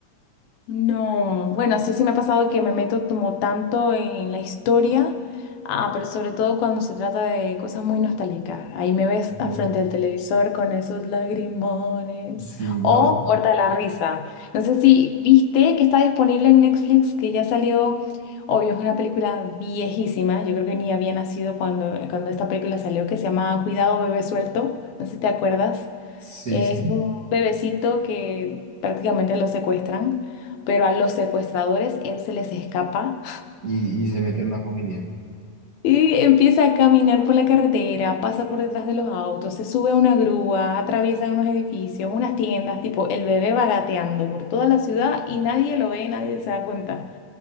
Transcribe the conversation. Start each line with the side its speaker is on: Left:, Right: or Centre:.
Left: No, bueno, sí, sí me ha pasado que me meto como tanto en la historia, ah, pero sobre todo cuando se trata de cosas muy nostálgicas. Ahí me ves al
Right: ¿no?
Left: frente del televisor con esos lagrimones.
Right: Sí, no,
Left: O Muerta de la Risa. No sé si viste que está disponible en Netflix, que ya salió, obvio, es una película viejísima. Yo creo que ni había nacido cuando, cuando esta película salió, que se llama Cuidado, bebé suelto. No sé si te acuerdas.
Right: sí,
Left: Es
Right: sí,
Left: un bebecito que prácticamente lo secuestran, pero a los secuestradores él se les escapa
Right: y, y se mete en una familia.
Left: <laughs> y empieza a caminar por la carretera, pasa por detrás de los autos, se sube a una grúa, atraviesa unos edificios, unas tiendas, tipo el bebé va gateando por toda la ciudad y nadie lo ve, nadie se da cuenta.